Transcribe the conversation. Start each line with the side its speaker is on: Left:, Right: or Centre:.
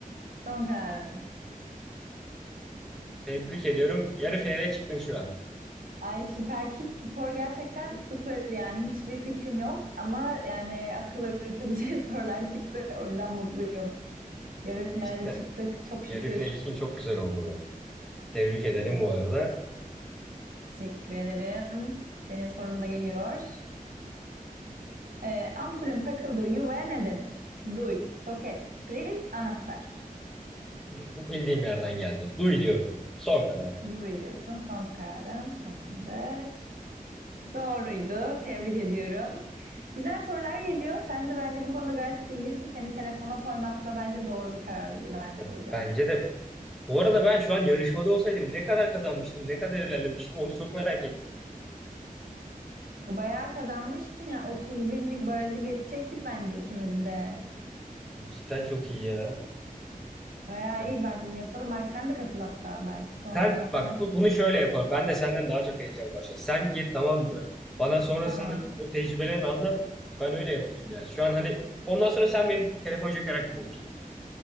Right: son kararım.
Centre: Tebrik ediyorum. Yarı finale çıktın şu an.
Right: Ay süper ki spor gerçekten sıfır yani hiçbir fikrim yok ama yani akılları üretebileceği <laughs> sorular çıktı o yüzden mutluyum. Yarı finale
Centre: Cidden.
Right: de çıktık çok şükür.
Centre: Yarı final için çok güzel oldu bu. Tebrik ederim
Right: Tamam.
Centre: bu arada.
Right: Teşekkür ederim. Senin sorun da geliyor. Ee, ampulün takıldığı yuvaya ne denir? Duy, soket, priz, anahtar.
Centre: Hı, Bu bildiğim yerden geldi. Duy diyorum. Son karar.
Right: Duy diyorsun. Son kararın tamamdır. Doğruydu. Tebrik ediyorum. Güzel sorular geliyor. Sen de bence bu konuda gayet bilgilisin. Seni telefona koymakla bence doğru bir karar vermiş
Centre: Ya,
Right: olacağım.
Centre: bence de. Bu arada ben şu an yarışmada olsaydım ne kadar kazanmıştım, ne kadar ilerlemiştim onu çok merak ettim.
Right: Bayağı kazanmıştın ya. 30 binlik barajı geçecektik bence ikimiz de.
Centre: Cidden çok iyi ya.
Right: Bayağı
Centre: Ya,
Right: iyi. Bak bunu yapalım. Bak sen de katıl hatta belki sonradan
Centre: sen
Right: sen
Centre: bak
Right: de
Centre: bu-
Right: katıl.
Centre: bunu şöyle yapalım. Ben de senden daha çok heyecan var. şimdi. Sen gir tamam mı? Bana sonrasında
Right: Tamam.
Centre: o tecrübelerini anlat. Ben öyle yapayım ya. Şu an hani ondan sonra sen benim telefon joker hakkım olursun.